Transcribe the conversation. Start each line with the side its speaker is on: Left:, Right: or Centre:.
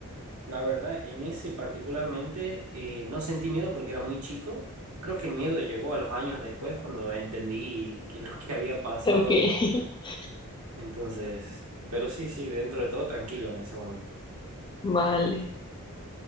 Right: la verdad, en ese particularmente eh, no sentí miedo porque era muy chico. Creo que el miedo llegó a los años después cuando entendí que lo que había pasado,
Left: Ok, <laughs>
Right: digamos. Entonces, pero sí, sí, dentro de todo tranquilo en ese momento.
Left: vale.